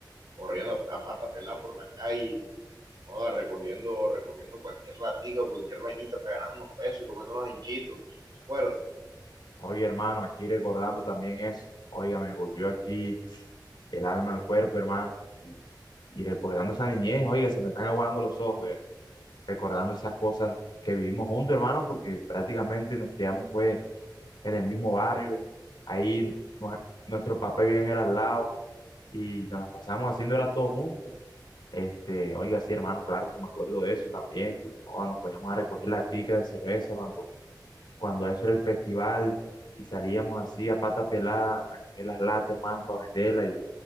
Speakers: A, on the right; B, on the left.
A: corriendo a, a pata pelada por la calle, joda, recogiendo, recogiendo cualquier latica o cualquier vainita para ganar unos pesos y comiéndonos en chitos, ¿se acuerda?
B: Oiga, hermano, aquí recordando también eso. Oiga, me volvió aquí el alma al cuerpo, hermano. Y, y recordando esa niñez, oiga, se me están aguando los ojos, vea. Recordando esas cosas que vivimos juntos, hermano, porque prácticamente nos criamos fue en el mismo barrio. Ahí nue- nuestro papá bien era al lado y nos las pasamos haciendo era todo juntos. Este, oiga, sí, hermano, claro que me acuerdo de eso también, que joda, nos podíamos a recoger la tica de cerveza cuando, cuando eso era el festival y salíamos así a pata pelada a comer las latas, hermano, para venderlas y,